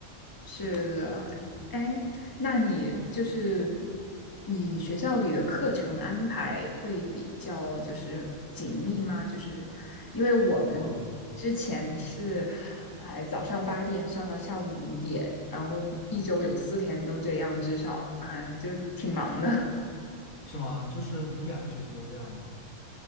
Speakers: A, on the left; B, on the left.
A: 是的，哎，那你就是你学校里的课程安排会比较就是紧密吗？就是因为我们之前是，
B: 嗯，嗯
A: 哎，早上八点上到下午五点，然后一周有四天都这样，至少，哎，就挺忙的。
B: 是吗？就是你两个学期都这样吗？